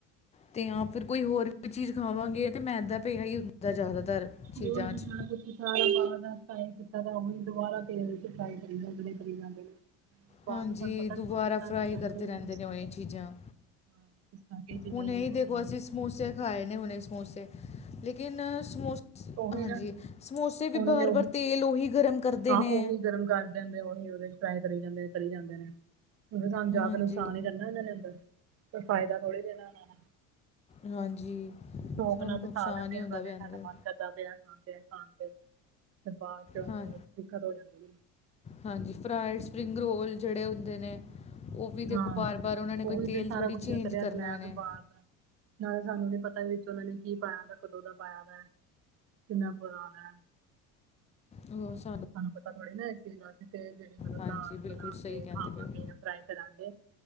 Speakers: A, on the left (about 20°); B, on the right (about 40°).
A: ਤੇ ਜਾਂ ਫਿਰ ਕੋਈ ਹੋਰ ਵੀ ਚੀਜ਼ ਖਾਵਾਂਗੇ ਤੇ ਮੈਦਾ ਪਿਆ ਹੀ ਹੁੰਦਾ ਜ਼ਿਆਦਾਤਰ। ਚੀਜ਼ਾਂ
B: ਹੋਰ ਕੀ
A: 'ਚ
B: ਖਾਣਾ ਤੁਸੀ। ਸਾਰਾ ਬਾਹਰ ਦਾ ਟ੍ਰਾਈ ਕੀਤਾ, ਉਹੀ ਦੁਬਾਰਾ ਤੇਲ'ਚ ਫਰਾਈ ਕਰੀ ਜਾਂਦੇ ਕਰੀ ਜਾਂਦੇ ਬਾਹਰ
A: ਹਾਂਜੀ,
B: ਦਾ ਸਾਨੂੰ ਪਤਾ ਨੀ
A: ਦੁਬਾਰਾ
B: ਨਾ
A: ਫਰਾਈ
B: ਕਿਸ ਚੀਜ਼ਾਂ
A: ਕਰਦੇ
B: ਯੂਜ
A: ਰਹਿੰਦੇ ਨੇ,
B: ਕਰਦੇ
A: ਉਹ ਇਹ ਚੀਜ਼ਾਂ
B: ਹਾਂ ਕਿਸ ਤਰ੍ਹਾਂ ਕੀ ਚੀਜ਼ਾਂ
A: ਹੁਣ
B: ਯੂਜ
A: ਇਹ
B: ਹੁੰਦੀਆਂ
A: ਦੇਖੋ, ਅਸੀਂ
B: ਨੇ।
A: ਸਮੋਸੇ ਖਾਏ ਨੇ, ਹੁਣੇ ਸਮੋਸੇ ਲ ਲੇਕਿਨ ਸਮੋਸੇ
B: ਉਹੀ
A: ਹਾਂਜੀ,
B: ਨਾ
A: ਸਮੋਸੇ ਵੀ
B: ਉਹਨਾਂ
A: ਵਾਰ-ਵਾਰ
B: ਨੇ
A: ਤੇਲ ਉਹੀ ਗਰਮ ਕਰਦੇ
B: ਹਾਂ
A: ਨੇ।
B: ਉਹੀ ਗਰਮ ਕਰ ਉਹੀ ਉਹਦੇ ਫਰਾਈ ਕਰੀ ਜਾਂਦੇ ਕਰੀ ਜਾਂਦੇ ਨੇ, ਉਹ ਸਾਨੂੰ ਜਾ
A: ਹਾਂਜੀ
B: ਕੇ ਨੁਕਸਾਨ ਹੀ ਕਰਨਾ ਇਹਨਾਂ ਨੇ ਅੰਦਰ। ਕੋਈ ਫਾਇਦਾ ਥੋੜ੍ਹੀ ਦੇਣਾ ਉਹਨਾਂ ਨੇ।
A: ਹਾਂਜੀ।
B: ਸ਼ੌਕ
A: ਸਾਨੂੰ
B: ਨਾਲ
A: ਨੁਕਸਾਨ
B: ਤੇ ਖਾ ਲੈਨੇ
A: ਹੀ ਹੁੰਦਾ
B: ਆ ਪਹਿਲੇ
A: ਪਿਆ
B: ਸਾਡਾ
A: ਅੰਦਰ
B: ਮਨ ਕਰਦਾ ਪਿਆ ਖਾਣ ਤੇ ਖਾਣ ਤੇ ਫੇਰ ਬਾਦ ਚ
A: ਹਾਂ
B: ਦਿੱਕਤ ਹੋ ਜਾਂਦੀ ਏ।
A: ਹਾਂਜੀ, ਫਰਾਈਡ ਸਪਰਿੰਗ ਰੋਲ ਜੇੜੇ ਹੁੰਦੇ ਨੇ। ਉਹ ਵੀ ਦੇਖੋ
B: ਹਾਂ।
A: ਬਾਰ-ਬਾਰ ਉਹਨਾਂ ਨੇ ਕੋਈ
B: ਓਹੀ
A: ਤੇਲ
B: ਤੇ ਸਾਰਾ
A: ਥੋੜੀ
B: ਕੁਛ
A: ਚੇਂਜ
B: ਤਲਿਆ
A: ਕਰਨਾ
B: ਤਲਾਇਆ
A: ਨੇ
B: ਤੇ ਬਾਹਰ ਦਾ ਨਾਲੇ ਸਾਨੂੰ ਨੀ ਪਤਾ ਵਿਚ ਔਨਾਂ ਨੇ ਕੀ ਪਾਇਆ ਦਾ ਕਦੋਂ ਦਾ ਪਾਇਆ ਦਾ ਕਿੰਨਾ ਪੁਰਾਣਾ ਐ।
A: ਹੋਰ
B: ਸਾਨੂੰ ਪਤਾ ਥੋੜੀ ਨਾ ਏਸ ਚੀਜ਼ ਵਾਸਤੇ ਕੇ ਜੇੜੀ ਮਤਲਬ
A: ਹਾਂਜੀ
B: ਘਰ
A: ਬਿਲਕੁਲ
B: ਬਣਾ
A: ਸਹੀ
B: ਕੇ
A: ਕਹਿੰਦੇ
B: ਖਾਵਾਂਗੇ
A: ਪਏ ਹੋ
B: ਜਾਂ ਫਰਾਈ ਕਰਾਂਗੇ।